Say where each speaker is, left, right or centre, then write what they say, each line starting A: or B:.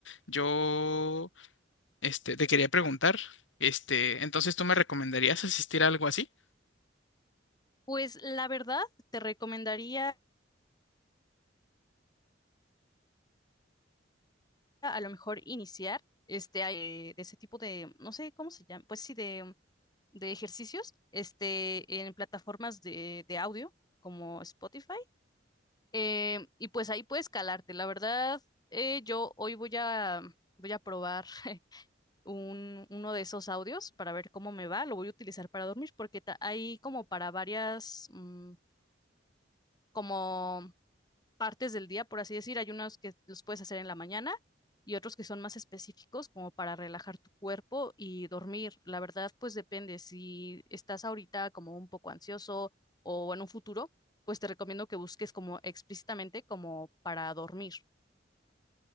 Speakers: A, on the left; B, on the left.
A: Yo, este, te quería preguntar, este, entonces, ¿tú me recomendarías asistir a algo así?
B: Pues la verdad, te recomendaría a lo mejor iniciar este a- eh, de ese tipo de, no sé cómo se llama, pues sí, de, de ejercicios, este, en plataformas de, de audio como Spotify. eh, y pues ahí puedes calarte. La verdad, eh, yo hoy voy a, voy a probar <laughs> un, uno de esos audios para ver cómo me va. Lo voy a utilizar para dormir porque ta- hay como para varias, mm, como partes del día, por así decir. Hay unos que los puedes hacer en la mañana y otros que son más específicos como para relajar tu cuerpo y dormir. La verdad, pues depende. Si estás ahorita como un poco ansioso o en un futuro, pues te recomiendo que busques como explícitamente como para dormir.